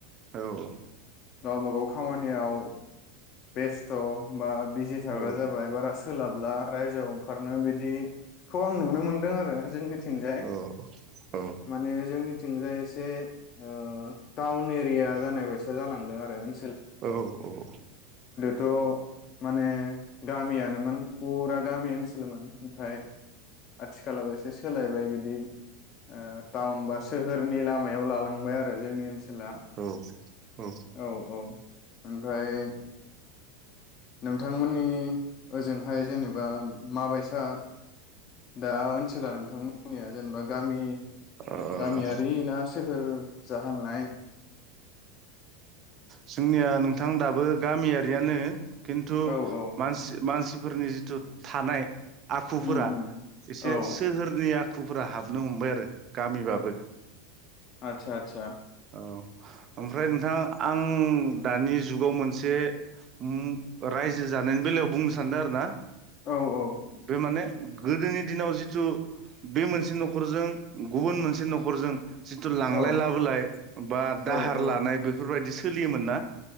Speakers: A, on the right; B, on the left.
A: औ औ
B: गावबा गाव खामानियाव बेस्थ' बा बिजि थाग्रा
A: औ
B: जा बाय बारा सोलाबला रायजोआव ओंखारनो बिदि खौ आं नुनो मोनदों आरो जोंनिथि जाय
A: औ औ
B: माने जोंनि थिंजाय एसे ओ टाउन एरिया जानाय बायसा जालांदों आरो ओन
A: औ औ
B: थ' माने गामियानोमोन फुरा गामि ओनसोलमोन ओमफाय आथिखालाव एसे सोलायबाय बिदि ओ टाउन बा सोहोरनि ला लामायाव लालांबाय आरो जोंनि ओनसो ला
A: औ औ
B: औ औ ओमफाय नोंथांमोननि ओजोंहाय जेनेबा माबायसा दा ओनसोला नोंथांमो जोंनिया जेनेबा गामि
A: ओ
B: गामियारि ना सोहोर जाहांनाय
A: जोंनिया नोंथां दाबो गामियारियानो खिन्थु
B: औ औ
A: मानसि मानसि फोरनि जिथु थानाय आखुफोरा
B: उम उम
A: एसे
B: औ
A: सोहोरनि आ आखुफोरा हाबनो हमबाय आरो गामिबाबो
B: आतसा आतसा
A: औ ओमफ्राय नोंथां आं ओम दानि जुगाव मोनसे ओम रायजो जानायनि बेलायाव बुंनो सानदों आरो ना
B: औ औ
A: बे माने गोदोनि दिनाव जिथु बे मोनसे न'खरजों गुबुन मोनसे न'खरजों जिथु लांलाय
B: औ
A: लाबोलाय बा दाहार
B: औ औ
A: लानाय बेफोरबादि सो सोलियोमोन ना